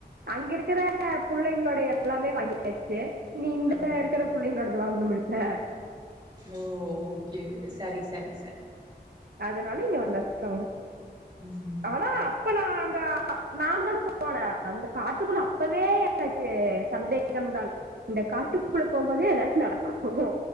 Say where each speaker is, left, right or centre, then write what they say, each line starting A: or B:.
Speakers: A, on the right; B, on the right.
A: அங்க இருக்கிற பிள்ளைங்களோட எல்லாமே வாங்கியாச்சு <unintelligible>
B: ஆ
A: இருக்கிற புள்ளைங்க கூட வாங்க முடியல
B: ஓ ஓக்கே செரி சரி சரி
A: அதனால இங்க வந்தாசவங்க
B: ம்
A: ஆனா அப்ப நா அந்த நானு தான போ போன அந்த காட்டுக்குள்ள அப்பவே எனக்கு சந்தேகம் தான் இந்த காட்டுக்குள்ள போம்போதே எதாச்சு நடக் ஓ